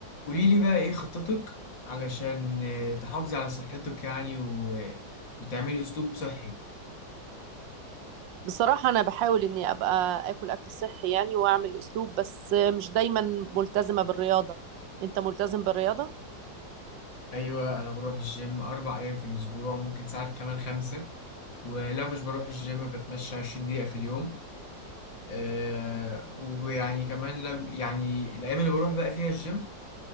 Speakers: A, on the left; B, on the right.
A: قولي لي بقى ايه خطتك علشان آه، تحافظي على صحتك يعني و... وتعملي اسلوب صحي
B: بصراحة أنا بحاول إني أبقى آكل أكل صحي يعني وأعمل أسلوب بس مش دايما ملتزمة بالرياضة أنت ملتزم بالرياضة؟
A: ايوه انا بروح الجيم اربع ايام في الاسبوع وممكن ساعات كمان خمسة ولو مش بروح الجيم بتمشى 20 دقيقة في اليوم أه ويعني كمان لم يعني الايام اللي بروح بقى فيها الجيم